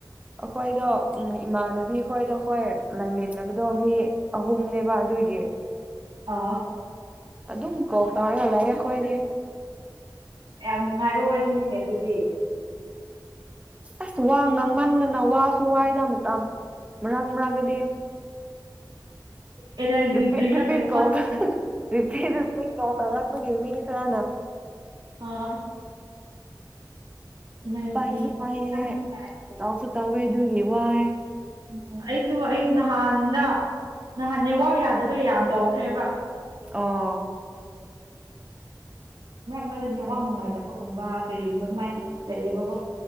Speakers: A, on the right; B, on the right.
A: ꯑꯈꯣꯏꯗꯣ ꯎꯝ ꯏꯃꯥꯟꯅꯕꯤ ꯈꯣꯏꯗꯣ ꯈꯣꯏ ꯂꯩꯃꯤꯟꯅꯕꯗꯣ ꯃꯤ ꯑꯍꯨꯝꯅꯦꯕ ꯑꯗꯨꯒꯤ
B: ꯑꯥ
A: ꯑꯗꯨꯝ ꯀꯣꯜ ꯇꯧꯔꯒꯂꯩꯌꯦ ꯈꯣꯏꯗꯤ
B: ꯌꯥꯝ ꯅꯨꯡꯉꯥꯏꯕ ꯋꯥꯔꯤꯅꯤꯅꯦ ꯑꯗꯨꯗꯤ
A: ꯑꯁ ꯋꯥ ꯉꯥꯡꯃꯟꯗꯅ ꯋꯥꯁꯨ ꯋꯥꯏꯗ ꯑꯃ ꯇ ꯃꯔꯛ ꯃꯔꯛꯀꯗꯤ
B: ꯑꯦꯅꯔꯖꯤ
A: ꯔꯤꯄꯦꯠꯔꯤꯄꯦꯠ
B: ꯗ꯭ꯔꯤꯡꯔ ꯀꯩꯅꯣꯝꯃ
A: ꯀꯣꯗꯔꯤꯄꯦꯠ
B: ꯊꯛꯁꯤꯜꯂꯣ
A: ꯀꯣꯜ ꯇꯧꯔꯛꯄꯒꯤ ꯃꯤ ꯈꯔ ꯅ
B: ꯑꯥ ꯏꯅꯔꯖꯤ
A: ꯄꯥꯏꯁꯨ ꯄꯌꯦ
B: ꯆꯪꯅꯤꯡꯉꯥꯏ
A: ꯇꯥꯎꯁꯨ ꯇꯒ ꯗꯨꯒꯤ ꯋꯥꯏꯌꯦ
B: ꯎꯝ ꯑꯩꯁꯨ ꯑꯩꯁꯨ ꯅꯍꯥꯟꯗ ꯅꯍꯥꯟ ꯅꯦꯋꯥ ꯌꯥꯗꯕꯒꯤ ꯌꯥꯝ ꯇꯧꯈ꯭ꯔꯦꯕ
A: ꯑꯣ
B: ꯃꯔꯛ ꯃꯔꯛꯇ ꯅꯦꯠꯋꯥꯛ
A: ꯍꯥꯏ
B: ꯅꯨꯡꯉꯥꯏꯇꯕ ꯒꯨꯝꯕ ꯀꯩꯒꯨꯝꯕ ꯑꯗꯨꯃꯥꯏ ꯂꯩꯌꯦꯕꯀꯣ